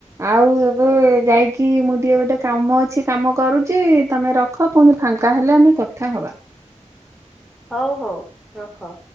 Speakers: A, on the right; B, in the centre.
A: ଆଉ ଏବେ ଯାଇକି ମୁଁ ଟିକେ ଗୋଟେ କାମ ଅଛି କାମ କରୁଛି ତମେ ରଖ ପୁଣି ଫାଙ୍କା ହେଲେ ଆମେ କଥା ହବା।
B: ହଉ ହଉ ରଖ।